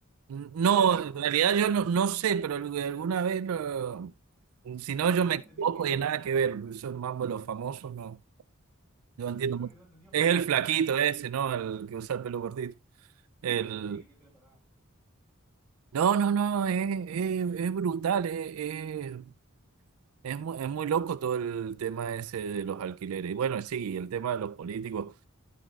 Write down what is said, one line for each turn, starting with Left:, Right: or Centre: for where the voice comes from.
Right: No,
Centre: No, creo que no.
Right: en realidad yo no, no sé, pero algu- alguna vez, lo- si no,
Centre: Yo
Right: yo
Centre: tengo
Right: me equivoco
Centre: entendido que no.
Right: y nada que ver. Esos mambo de los famosos, no, yo
Centre: Yo,
Right: entiendo
Centre: yo lo
Right: mucho.
Centre: que tengo entendido es
Right: Es
Centre: que no.
Right: el flaquito
Centre: Como que.
Right: ese, ¿no? El que usa el pelo cortito. El...
Centre: Sí, que tiene pelo para.
Right: No, no, no,
Centre: que
Right: es,
Centre: me-
Right: es, es brutal, es, Es muy, es muy loco todo el tema ese de los alquileres. Y bueno, sí, el tema de los políticos